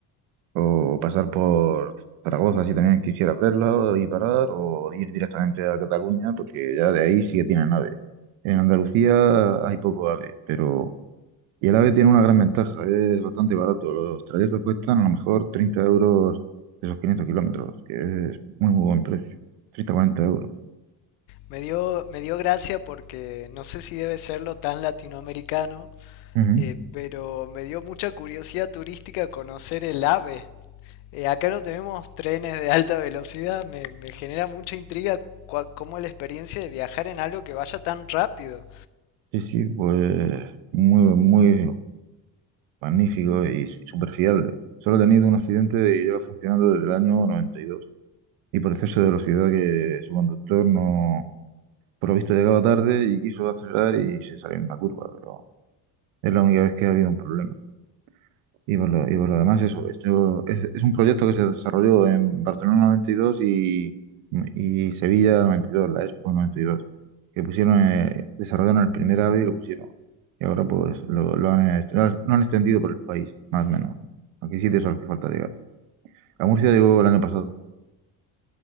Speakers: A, on the right; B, on the left.
A: o pasar por Zaragoza si también quisieras verla y parar, o ir directamente a Cataluña, porque ya de ahí sí que tienen AVE. En Andalucía hay poco AVE, pero... Y el AVE tiene una gran ventaja, es bastante barato. Los trayectos cuestan a lo mejor 30 euros esos 500 kilómetros, que es muy, muy buen precio. 30-40 euros.
B: Me dio, me dio gracia porque no sé si debe serlo tan latinoamericano,
A: Ujú.
B: eh, pero me dio mucha curiosidad turística conocer el AVE. Eh, acá no tenemos trenes de alta velocidad, me, me genera mucha intriga cua- cómo es la experiencia de viajar en algo que vaya tan rápido.
A: Sí, sí, pues muy, muy magnífico y súper fiable. Solo ha tenido un accidente y lleva funcionando desde el año 92. Y dos. Y por exceso de velocidad que su conductor no, por lo visto llegaba tarde y quiso acelerar y se salió en una curva, pero es la única vez que ha habido un problema. Y por lo, y por lo demás, eso, este es, es un proyecto que se desarrolló en Barcelona noventa y, dos y y Sevilla noventa y dos la Expo noventa y dos que pusieron, eh, desarrollaron el primer AVE y lo pusieron. Y ahora pues lo, lo han, est- lo han- lo han extendido por el país, más o menos. Aquí sí son los que falta llegar. A Murcia llegó el año pasado.